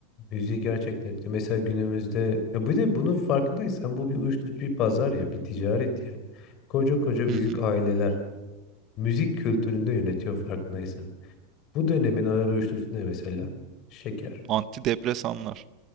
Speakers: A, on the left; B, on the right.
A: müziği gerçekten etkili. Mesela günümüzde ya bir de bunun farkındaysan bu bir uyuşturucu bir pazar ya bir ticaret ya. Koca koca
B: Hı
A: büyük
B: hı.
A: aileler müzik kültüründe yönetiyor farkındaysan. Bu dönemin ağır uyuşturucusu ne mesela? Şeker
B: Antidepresanlar.